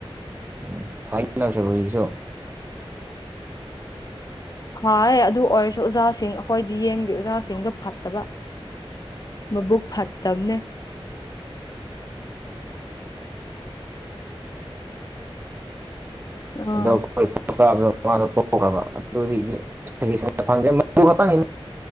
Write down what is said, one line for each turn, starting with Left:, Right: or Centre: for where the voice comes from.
Right: ꯎ ꯐꯥꯏꯁꯁꯨꯣ <unintelligible> <inaudible>
Left: ꯍꯥꯌꯦ ꯑꯗꯨ ꯑꯣꯏꯔꯁꯨ ꯑꯣꯖꯥꯁꯤꯡ ꯑꯩꯈꯣꯏꯗꯤ ꯌꯦꯦꯝꯒꯤ ꯑꯣꯖꯥꯁꯤꯡꯗꯣ ꯐꯠꯇꯕ ꯃꯕꯨꯛ ꯐꯠꯇ ꯇꯕꯅꯦ
Right: <unintelligible>
Left: ꯑꯥ
Right: ꯑꯗꯣ ꯑꯈꯣ ꯐꯥꯕꯗꯣ ꯃꯥꯗꯣ ꯇꯣꯛꯈ꯭ꯔꯕ ꯑꯗꯨꯒꯤꯗꯤ ꯁꯖꯦꯁ ꯐꯪꯖꯦ ꯃꯗꯨ ꯈꯛꯇꯪ